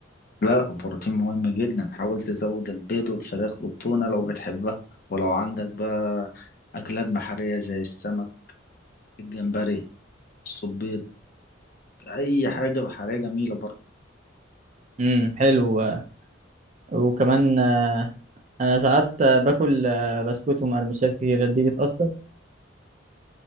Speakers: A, on the left; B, on the right.
A: لا البروتين مهم جدا حاول تزود البيض والفراخ والتونة لو بتحبها ولو عندك بقى أكلات بحرية زي السمك الجمبري الصبيط أي حاجة بحرية جميلة برضه
B: امم حلو آه، وكمان آه، انا ساعات آه، باكل آه، بسكوت ومقرمشات كتير دي بتأثر